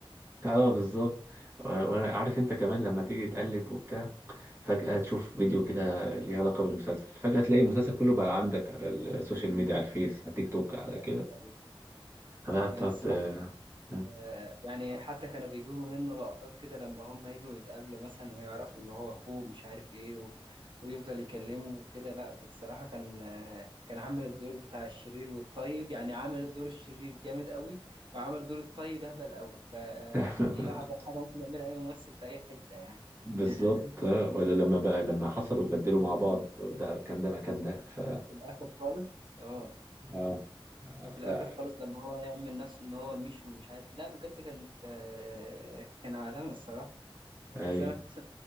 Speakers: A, on the right; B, on the right.
A: اه بالظبط وانا عارف انت كمان لما تيجي تقلب وبتاع فجأة تشوف فيديو كده ليه علاقة بالمسلسل فجأة تلاقي المسلسل كله بقى عندك على السوشيال ميديا على الفيس على تيك توك على كده
B: أيوه أيوه
A: فبقى
B: بس
A: بتقعد آه، مم.
B: آه، يعني حتى كانوا بيجيبوا منه لقطات كده لما هم يجوا يتقابلوا مثلا ويعرفوا ان هو اخوه مش عارف ايه و... ويفضل يكلمه وكده لا بصراحة كان آه، كان عامل الدور بتاع الشرير والطيب يعني عامل الدور الشرير جامد قوي وعامل دور الطيب اهبل قوي فدي
A: <laughs>
B: اعظم حاجة ممكن يعملها اي ممثل في اي حتة يعني
A: بالظبط
B: <laughs>
A: آه. ولا لما بقى لما حصلوا وبدلوا مع بعض ده كان ده مكان ده ف
B: في الاخر خالص اه
A: اه آه،
B: وفي الاخر
A: لا
B: خالص لما هو يعمل نفسه ان هو مش ومش عارف لا بجد كانت آه، كان عالمي الصراحة
A: ايوه
B: سامح حسين